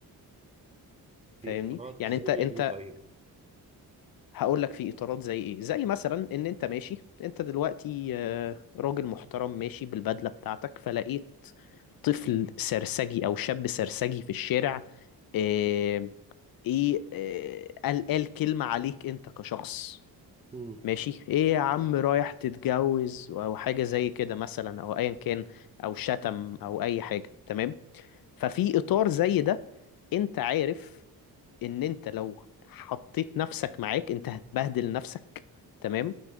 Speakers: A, on the right; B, on the left.
A: في
B: فاهمني
A: اطارات
B: يعني
A: زي
B: انت
A: ايه
B: انت
A: طيب
B: هقول لك في اطارات زي ايه زي مثلا ان انت ماشي انت دلوقتي آه، راجل محترم ماشي بالبدله بتاعتك فلقيت طفل سرسجي او شاب سرسجي في الشارع آه، ايه آه، قال قال كلمه عليك انت كشخص
A: امم
B: ماشي ايه يا عم رايح تتجوز او حاجه زي كده مثلا او ايا كان او شتم او اي حاجه تمام ففي اطار زي ده انت عارف ان انت لو حطيت نفسك معاك انت هتبهدل نفسك تمام